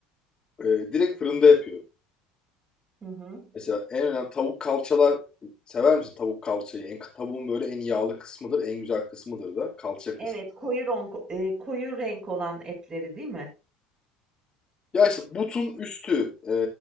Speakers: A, on the left; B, on the right.
A: Eee, direkt fırında yapıyorum.
B: Hı hı.
A: Mesela en önemli tavuk kalçalar sever misin tavuk kalçayı? En, tavuğun böyle en yağlı kısmıdır, en güzel kısmıdır da kalça kısmı.
B: Evet, koyu renk, e, koyu renk olan etleri değil mi?
A: Ya işte butun üstü eee,